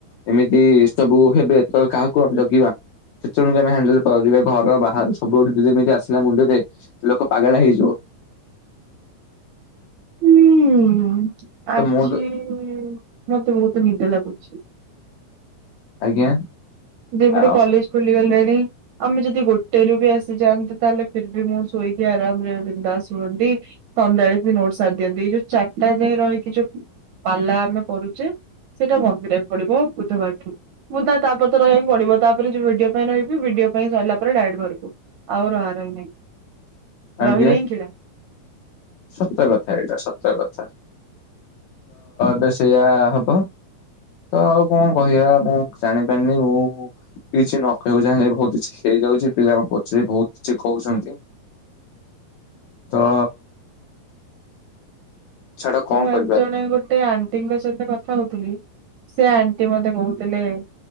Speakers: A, on the left; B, on the right.
A: ଏମିତି ସବୁ ହେବେ ତ କାହାକୁ ଆଉ ଜଗିବା। କେତେଜଣକୁ ଆମେ ହ୍ୟାଣ୍ଡଲେ କରିବା ଘର ବାହାର ସବୁଆଡୁ ଯେମିତି ଆସିଲା ମୁଣ୍ଡରେ ଲୋକ ପାଗେଲା ହେଇଯିବ।
B: ହୁଁ ଆଜି
A: ତ ମୁଁ
B: ମତେ ବହୁତ ନି ହେଲା ପୁଛି।
A: ଆଜ୍ଞା।
B: ଯେବେଠୁ
A: ଅହ
B: କଲେଜ୍ ଖୋଲିଗଲା ଆମେ ଯଦି ଗୋଟେରୁ ବି ଆସିଯାନ୍ତି ତାହେଲେ ଫିର୍ ବି ମୁଁ ସୋଇକି ଆରାମରେ ବିନ୍ଦାସ ରୁହନ୍ତି ସନ୍ଧ୍ୟା ବେଳେ ନୋଟ୍ ସାରିଦିଅନ୍ତି ଏଇ ଯୋଉ ଚାରିଟା ଯାଏଁ ରହିକି ଯୋଉ ପାଲା ଆମେ କରୁଚେ ସେଇଟା ବନ୍ଦ କରିବାକୁ ପଡିବ ବୁଧବାରଠୁ ମୁଁ ତ ତା ରହିବାକୁ ପଡ଼ିବ ତା ପରେ ଯୋଉ ଭିଡିଓ ପାଇଁ ରହିବି ଭିଡିଓ ପାଇଁ ସରିଲା ପରେ ଡାଇରେକ୍ଟ ଘରକୁ ଆଉ ରହା ରହି ନାହିଁ।
A: ଆଜ୍ଞା।
B: ରହିଲେ ହିଁ କିଳା।
A: ସତ କଥା ଏଇଟା ସତ କଥା ତ ସେଇଆ ହବ ତ ଆଉ କଣ କହିଆ ମୁଁ ଜାଣିପାରିନି ମୁଁ କିଛି ନ କହିବାକୁ ଚାହିଁଲେ ବହୁତ୍ କିଛି ହେଇଯାଉଚି ପିଲା ପଛରେ ବହୁତ କିଛି କହୁଛନ୍ତି ତ। ଛାଡ କଣ
B: ମୁଁ ଏକ
A: କରିବା
B: ଜଣେ ଗୋଟେ ଆଣ୍ଟିଙ୍କ ସହିତ କଥା ହଉଥିଲି। ସେ ଆଣ୍ଟି ମତେ କହୁଥିଲେ